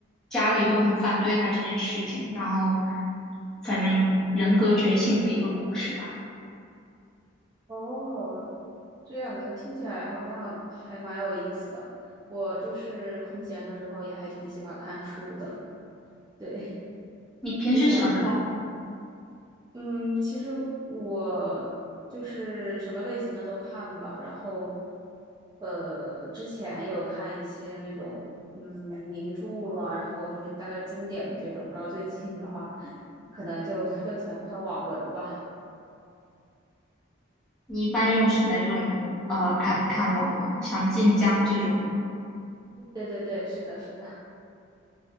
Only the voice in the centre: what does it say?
家里都很反对她这件事情，然后反正人格觉醒的一个故事吧。
你平时喜欢看？
你一般用是哪种呃 app 看网文？像晋江这种吗？